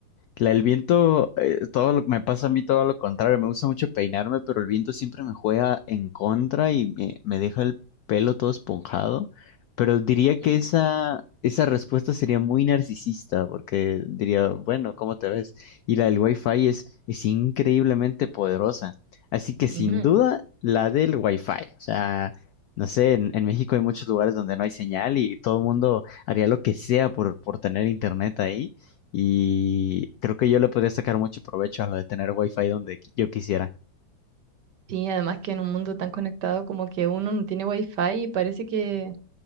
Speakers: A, on the left; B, on the right.
A: La, el viento, eh, todo lo, me pasa a mí todo lo contrario. Me gusta mucho peinarme, pero el viento siempre me juega en contra y me, me deja el pelo todo esponjado. Pero diría
B: Mm.
A: que esa, esa respuesta sería muy narcisista, porque diría, bueno, ¿cómo te ves? Y la del Wi-Fi es, es increíblemente poderosa. Así que sin
B: Ujú.
A: duda, la del Wi-Fi. O sea, no sé, en, en México hay muchos lugares donde no hay señal y todo el mundo haría lo que sea por, por tener internet ahí. Y creo que yo le podría sacar mucho provecho a lo de tener wifi donde qui- yo quisiera.
B: Sí, además que en un mundo tan conectado como que uno no tiene wifi y parece que,